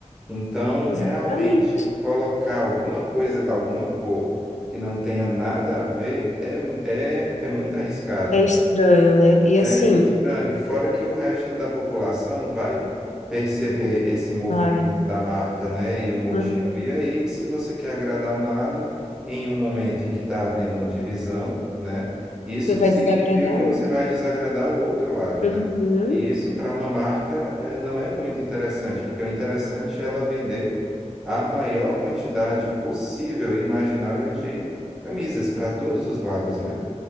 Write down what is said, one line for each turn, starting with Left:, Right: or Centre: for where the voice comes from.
Centre: Então, realmente,
Left: Exatamente.
Centre: colocar alguma coisa, alguma cor que não tenha nada a ver é, é, é muito arriscado.
Left: É estranho, né? E
Centre: É
Left: assim,
Centre: estranho. E fora que o resto da população vai perceber esse movimento
Left: vai.
Centre: da marca, né, e o motivo.
Left: Aham.
Centre: E aí, se você quer agradar um lado em um momento em que está havendo uma divisão, né, isso
Left: Você vai
Centre: significa
Left: desagradar
Centre: que
Left: outro.
Centre: você vai desagradar o outro lado,
Left: Uhum.
Centre: né? E isso para uma marca eh, não é muito interessante, porque o interessante é ela vender a maior quantidade possível e imaginável de camisas para todos os lados,
Left: Uhum.
Centre: né?